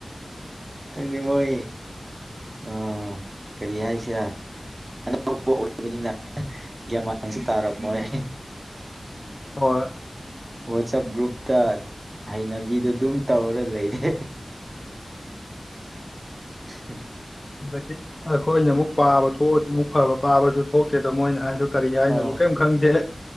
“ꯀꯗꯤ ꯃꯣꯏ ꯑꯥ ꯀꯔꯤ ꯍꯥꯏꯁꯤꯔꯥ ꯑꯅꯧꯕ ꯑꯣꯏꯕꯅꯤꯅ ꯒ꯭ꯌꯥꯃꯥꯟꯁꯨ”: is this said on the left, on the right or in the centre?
Right